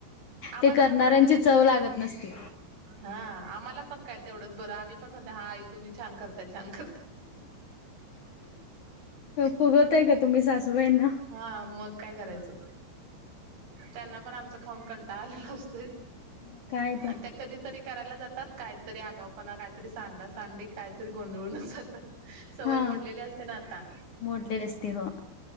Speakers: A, on the right; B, on the left.
A: आम्हाला
B: ते करणाऱ्यांची
A: पण तेवढीच रेस्ट
B: चव लागत नसती.
A: हा आम्हाला पण काय ते तेवढंच बरं आम्ही पण हा आ तुम्ही छान करताय छान कर
B: फुगवताय का तुम्ही सासूबाईंना.?
A: हा मग काय करायचं त्यांना पण आमचं खाऊन कंटाला आलेला असत.
B: मग काय तर.
A: आणि त्या कधीतरी करायला जातात काहीतरी आगावपणा काहीतरी स सांडा सांडी काहीतरी गोंधळूनच जातात. सवय
B: हा
A: मोडलेली असते ना आता
B: मोडलेले असते हो